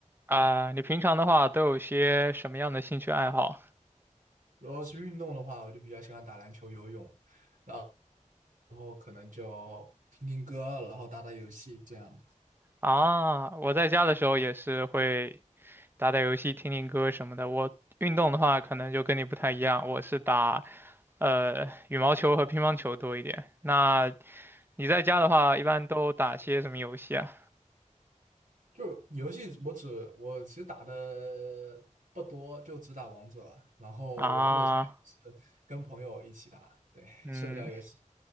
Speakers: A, on the right; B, on the right.
A: 啊，你平常的话都有些什么样的兴趣爱好
B: 如果是运动的话，我就比较喜欢打篮球、游泳，然后可能就听听歌，然后打打游戏这样的。
A: 啊？我在家的时候也是会打打游戏、听听歌什么的。我运动的话，可能就跟你不太一样，我是打呃羽毛球和乒乓球多一点。那你在家的话，一般都打些什么游戏啊？
B: 就游戏，我只我其实打的不多，就只打王者，然后王者现在也是跟朋友一起打，
A: 啊，
B: 对，
A: 嗯。
B: 社交游戏